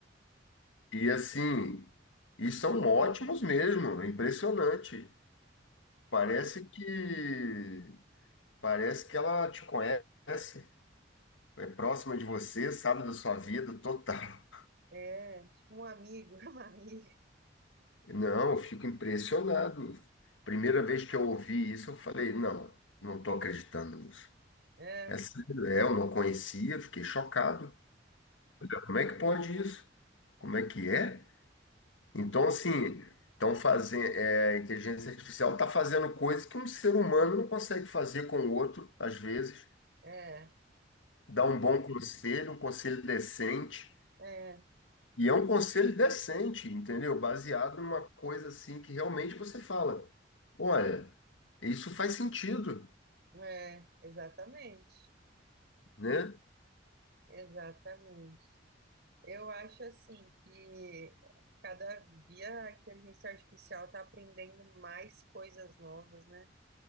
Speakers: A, on the left; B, on the right.
A: E assim, e são ótimos mesmo, é impressionante. Parece que parece que ela te conhece, é próxima de você, sabe da sua vida total.
B: É, tipo um amigo, <laughs> uma amiga.
A: Não, eu fico impressionado. Primeira vez que eu ouvi isso, eu falei, não, não estou acreditando nisso.
B: É,
A: É sério, é, eu não conhecia, fiquei chocado. Olha, Como é que pode isso? Como é que é? Então, assim, estão fazendo, é, a inteligência artificial está fazendo coisas que um ser humano não consegue fazer com o outro, às vezes.
B: é,
A: Dá um bom conselho, um conselho decente.
B: é,
A: E é um conselho decente, entendeu? Baseado numa coisa assim que realmente você fala. Olha, isso faz sentido,
B: é, exatamente,
A: né?
B: exatamente. Eu acho assim que cada dia a inteligência artificial está aprendendo mais coisas novas, né?